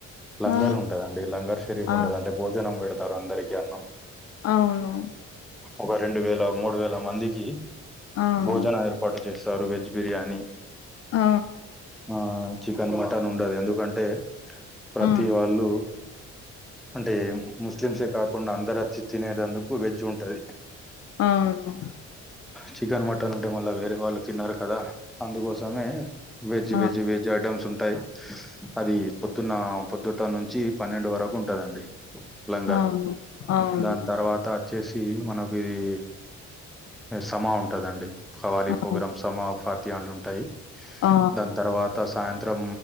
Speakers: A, in the centre; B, on the left.
A: లంగర్
B: ఆ
A: ఉంటదండి లంగర్ షరీఫ్
B: ఆ
A: ఉంటుంది అంటే భోజనం పెడతారు అందరికీ అన్నం
B: అవును
A: ఒక రెండు వేల మూడు వేల మందికి
B: అవును
A: భోజనం ఏర్ప <unintelligible> చేస్తారు వెజ్ బిర్యానీ
B: ఆ
A: ఆ చికెన్ మటన్ ఉండదు ఎందుకంటే ప్రతి
B: అవును
A: వాళ్ళు అంటే <unintelligible> ముస్లిమ్సే కాకుండా అందరుచ్చి తినేటందుకు వెజ్ ఉంటుంది
B: అవును
A: చికెన్ మటన్ ఉంటే మళ్ళా వేరే వాళ్ళు తిన్నరు కదా అందుకోసమే <unintelligible> వెజ్
B: ఆ
A: వెజ్ ఐటమ్స్ ఉంటాయ్ అది పొద్దున్న పొద్దుట నుంచి పన్నెండు వరకు ఉంటదండి <unintelligible>
B: అవును అవును
A: దాని తర్వాత వచ్చేసి మనకి ఇది సమా ఉంటదండి హవాలీ
B: అవును
A: ప్రోగ్రామ్ సమ ఫాతియాన్లు ఉంటాయి
B: ఆ
A: దాని తర్వాత సాయంత్రం